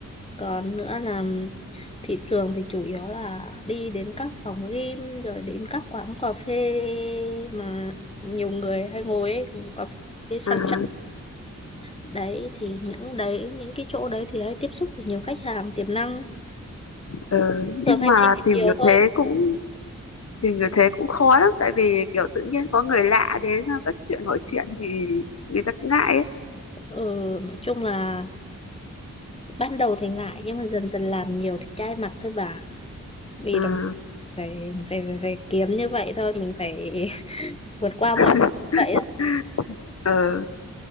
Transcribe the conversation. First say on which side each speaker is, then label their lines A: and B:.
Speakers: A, on the left; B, on the left.
A: còn nữa là thị trường thì chủ yếu là đi đến các phòng gym rồi đến các quán cà phê mà nhiều người hay ngồi ấy cà phê sang
B: à
A: trọng đấy thì những đấy những cái chỗ đấy thì hay tiếp xúc được nhiều khách hàng tiềm năng
B: ờ, nhưng
A: thường hay
B: mà
A: đi buổi
B: tìm
A: chiều
B: hiểu
A: thôi
B: thế cũng tìm hiểu thế cũng khó lắm tại vì kiểu tự nhiên có người lạ đến ờ, bắt chuyện hỏi chuyện thì người ta cũng ngại ấy
A: ừ, nói chung là ban đầu thì ngại nhưng mà dần dần làm nhiều thì chai mặt thôi bà vì
B: à,
A: đồng phải phải phải, phải kiếm như vậy thôi mình phải <laughs> vượt qua
B: <laughs>
A: mọi vậy
B: ờ